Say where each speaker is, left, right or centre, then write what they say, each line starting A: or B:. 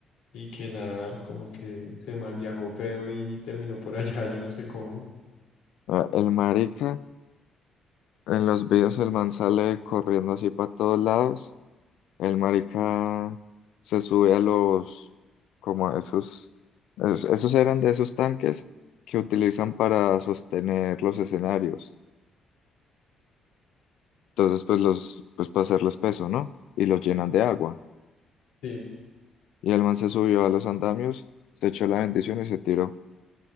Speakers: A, on the left (about 85°); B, on the left (about 65°).
A: Y que nada, como que se mal viajó feo y terminó por allá, <laughs> yo no sé cómo.
B: Ah, El marica, en los videos el man sale corriendo así para todos lados. El marica se sube a los, como a esos, es- esos eran de esos tanques que utilizan para sostener los escenarios. Entonces, pues los, pues para hacerles peso, ¿no? Y los llenan de agua.
A: Sí.
B: Y el man se subió a los andamios, se echó la bendición y se tiró.